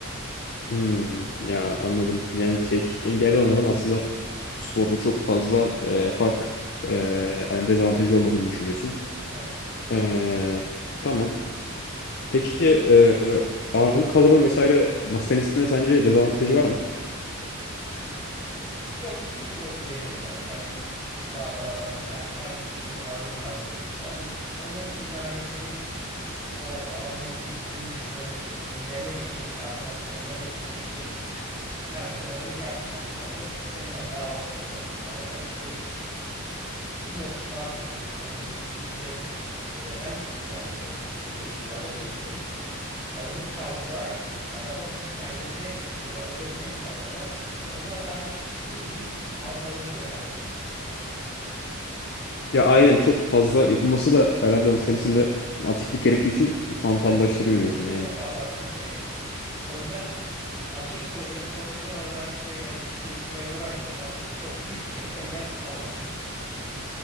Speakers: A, on the left (about 50°); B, in the centre.
A: hmm, ya anladım. Yani şey engelli olmanın aslında bu sporda çok fazla e, fark e, hani dezavantajı olmadığını düşünüyorsun.
B: Evet.
A: E, tamam. Peki e, ağırlık kaldırma vesaire masa tenisinde sence dezavantajı var mı?
B: Yok diye yok diyebilirim yani. Hani bazı adamlar hani her Herkül gibi ağırlık kaldırıp on, onun dışında hani senin o alandaki yürüyüşünü engellemeyecek, performansını engellemeyecek şekilde her türlü ağırlık ant- antrenmanı senin hatta avantajına olur. Ama tabii ki bir noktada artık hani ülke genel yani top şey dünyada diyebilirim ağırlık kaldırarak adamlar bir tık kendilerine mesela obezite insanlar var. Onlar da hani bildiğin hantallaşıyor yani.
A: Ya aynen çok fazla yapılması da herhalde o senesinde
B: Evet.
A: antiklik gerektiği için hantallaştırıyor
B: Evet evet. Masa
A: diyorsun
B: tenisinde
A: yani.
B: çok fazla atiklik gerekir. O yüzden aşırı sürecinde profesyonel olarak şeyle vücut geliştirmeyle uğraşmıyorsan o hiçbir şekilde engel tanımaz.